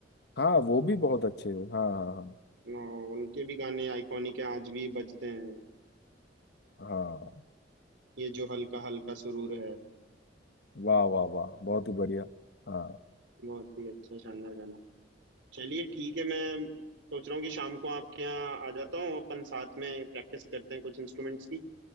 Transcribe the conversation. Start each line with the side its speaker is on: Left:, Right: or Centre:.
Left: हाँ वो भी बहुत अच्छे हैं हाँ हाँ
Right: अ, उनके भी गाने आइकॉनिक हैं आज भी बजते हैं
Left: हाँ हाँ
Right: ये जो हल्का हल्का सुरूर है
Left: वाह वाह वाह बहुत ही बढ़िया हाँ
Right: बहुत ही अच्छा शानदार गाना चलिए ठीक है मैं सोच रहा हूँ कि शाम को आपके यहाँ आ जाता हूँ अपन साथ में प्रैक्टिस करते हैं कुछ इंस्ट्रूमेंट्स की